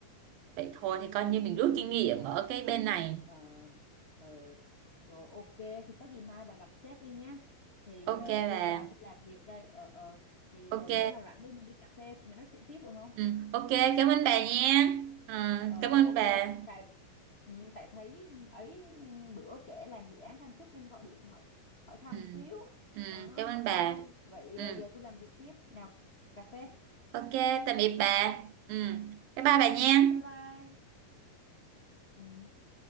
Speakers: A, on the right; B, on the left.
A: vậy
B: ừ,
A: thôi thì coi
B: nghĩ
A: như mình
B: kỹ
A: rút
B: đi
A: kinh
B: đừng
A: nghiệm
B: có làm
A: ở
B: vậy
A: cái bên này
B: ờ ờ rồi ok thì có gì mai bà gặp sếp đi nhá thì
A: ok
B: ờ,
A: bà
B: tôi vào tôi làm việc đây ờ ờ thì
A: ok
B: ờ, bữa nào rảnh đi mình đi cà phê mình nói chuyện tiếp được không
A: ừ, ok cảm ơn bà nha ừ,
B: Ờ
A: cảm ơn
B: ok
A: bà
B: tại ừ, tại thấy ấy ừ, bữa kể làm dự án thăng chức nên gọi điện hỏi hỏi thăm
A: ừ,
B: xíu
A: ừ,
B: đó
A: cảm ơn bà
B: thôi vậy
A: ừ.
B: ờ, giờ tôi làm việc tiếp nào cà phê
A: Ok, tạm biệt bà. Ừ, bye bye bà nha.
B: bye bye ừ.